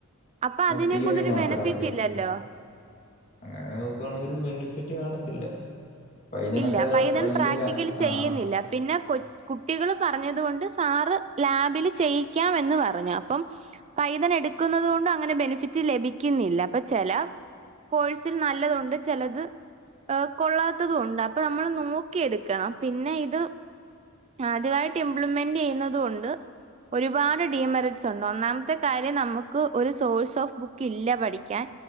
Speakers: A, on the right; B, on the left.
A: അപ്പൊ അതിനെ
B: തിയറി
A: കൊണ്ടൊരു
B: മാത്രമല്ലേ
A: ബെനിഫിറ്റില്ലല്ലോ?
B: അങ്ങനെ നോക്കുവാണെങ്ക ഒരു ബെനിഫിറ്റ് കാണത്തില്ല വൈദ്യനൊക്കെ
A: ഇല്ല പൈതൺ
B: വലിയ
A: പ്രാക്ടിക്കല്
B: ല
A: ചെയ്യുന്നില്ല
B: ആഹ്
A: പിന്നെ കൊ കുട്ടികള് പറഞ്ഞത് കൊണ്ട് സാറ് ലാബില് ചെയ്യിക്കാംമെന്ന് പറഞ്ഞു അപ്പം പൈതനെടുക്കുന്നത് കൊണ്ടും അങ്ങനെ ബെനിഫിറ്റ് ലഭിക്കുന്നില്ല അപ്പൊ ചെല കോഴ്സിൽ നല്ലതുണ്ട് ചെലത് കൊള്ളാത്തതും ഉണ്ട് അപ്പൊ നമ്മള് നോക്കിയെടുക്കണം പിന്നെ ഇത് ആദ്യമായിട്ട് ഇംപ്ലിമെന്റെയ്യുന്നത് കൊണ്ട് ഒരുപാട് ഡീമെറിറ്റ്സുണ്ട് ഒന്നാമത്തെ കാര്യം നമുക്ക് ഒരു സോഴ്സ് ഓഫ് ബുക്ക്ല്ല പഠിക്കാൻ